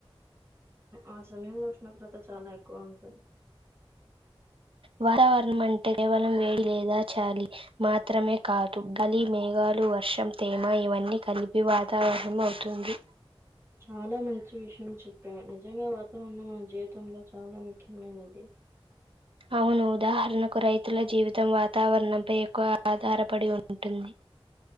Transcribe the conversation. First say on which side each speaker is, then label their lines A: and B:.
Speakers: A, on the right; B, on the right.
A: ఆ సమయంలో ఉష్ణోగ్రత చాలా ఎక్కువ ఉంటుంది.
B: వాతావరణం అంటే కేవలం వేడి లేదా చాలి మాత్రమే కాదు, గాలి, మేఘ లు, వర్షం, తేమ ఇవన్నీ కలిపి వాతావరణం అవుతుంది.
A: చాలా మంచి విషయం చెప్ నిజంగా వాతావరణం మన జీవితంలో చాలా ముఖ్యమైనది.
B: అవును, ఉదాహరణకు రైతుల జీవితం వాతావరణంపై ఎక్కువ ఆధారపడి ఉంటుంది.